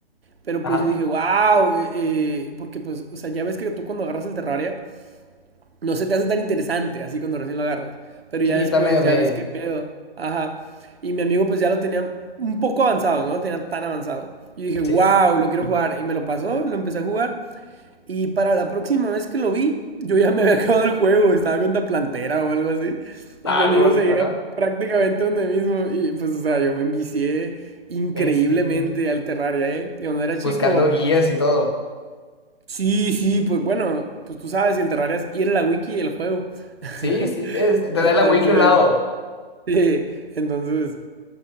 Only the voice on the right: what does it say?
pero
pues yo dije, wow, porque pues, o sea, ya ves que tú cuando agarras el Terraria no se te hace tan interesante así cuando recién lo agarras, pero
ya después
ya
ves qué pedo. Ajá. Y mi amigo pues ya lo tenía un poco avanzado, no lo tenía tan avanzado. Y dije, wow,
lo quiero jugar. Y me lo pasó, lo empecé a jugar. Y para la próxima vez que lo vi, yo ya me había <laughs> acabado el juego, estaba con la plantera o algo así.
Y mi amigo
seguía
prácticamente donde mismo. Y pues, o sea, yo me envicié increíblemente
al Terraria, ¿eh? De cuando era chico.
Sí, sí, pues bueno, pues tú sabes, el Terraria es ir a la wiki del juego. <laughs>
Entonces,
<laughs> sí, entonces,